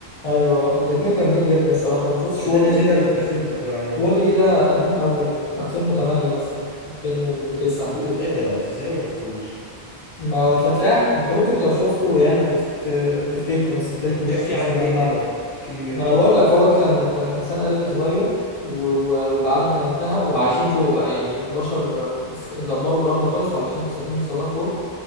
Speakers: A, on the left; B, on the left.
A: ايوه الاثنين جامدين جدا الصراحه انت لو ما شفتش
B: ده
A: وول
B: ده نزل
A: اي ده
B: امتى
A: لازم تشوف
B: اللي انت بتقول عليه ده
A: وول اي ده قديم قوي يعني 2008 مثلا 2009
B: م-
A: كده
B: ايه ده ازاي ما شفتوش
A: ما هو تلاقيك انت ممكن لو شفته يعني تفت... تفتكره بس تلاقيك
B: طب بيحكي
A: مش
B: عن
A: مش مجمعه
B: ايه كده احكي لي بيحكي
A: ما انا
B: عن
A: بقول لك هو كان كان انسان آلي صغير و... و... والعالم كان انتهى وعايشين فوق بقى يعني البشر س- دمروا الارض خالص وعايشين في سفينه صدى فوق